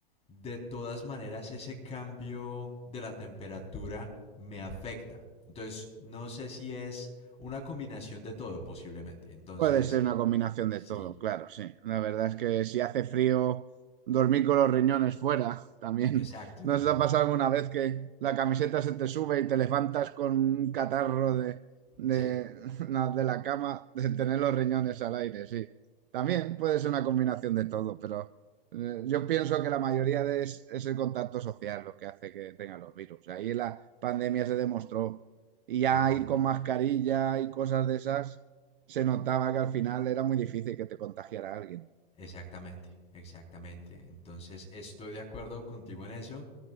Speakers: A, on the left; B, on the right.
A: de todas maneras ese cambio de la temperatura me afecta. Entonces, no sé si es una combinación de todo posiblemente. Entonces,
B: Puede ser una combinación de
A: sí,
B: todo, claro, sí. La verdad es que si hace frío, dormir con los riñones fuera también.
A: exacto.
B: <laughs> ¿No
A: <laughs>
B: se te ha pasado alguna vez que la camiseta se te sube y te levantas con un catarro de, de,
A: sí,
B: <laughs> na- de la cama de tener los riñones al aire? Sí. También puede ser una combinación de todo, pero eh, yo pienso que la mayoría de es, es el contacto social lo que hace que tengan los virus. Ahí la pandemia se demostró. Y ya
A: totalmente.
B: ir con mascarilla y cosas de esas se notaba que al final era muy difícil que te contagiara alguien.
A: Exactamente, exactamente. Entonces, estoy de acuerdo contigo en eso.